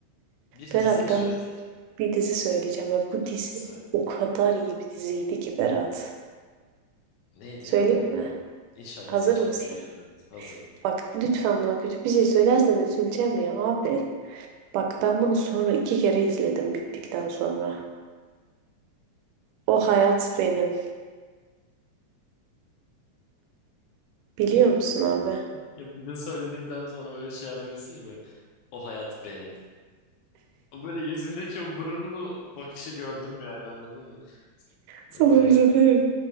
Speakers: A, on the left; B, on the right.
A: Bir
B: Berat
A: dizi mi
B: ben
A: söyleyeceğim?
B: bir dizi söyleyeceğim ve bu dizi
A: Söyle.
B: o kadar iyi bir diziydi ki Berat.
A: Neydi
B: Söyleyeyim
A: abi?
B: mi?
A: İnşallah
B: Hazır
A: saçma
B: mısın?
A: bir şey gelmez. Hazırım.
B: Bak lütfen buna kötü bir şey söylersen üzüleceğim ya abi. Bak ben bunu sonra iki kere izledim bittikten sonra. O hayat benim. Biliyor musun abi?
A: Ya bir de söyledikten sonra böyle şey yapıyorsun ya böyle. O hayat benim. O böyle yüzündeki o gururlu bakışı gördüm yani anladın mı?
B: Sana
A: Bu hayat
B: bir şey söyleyeyim.
A: benim.
B: mi?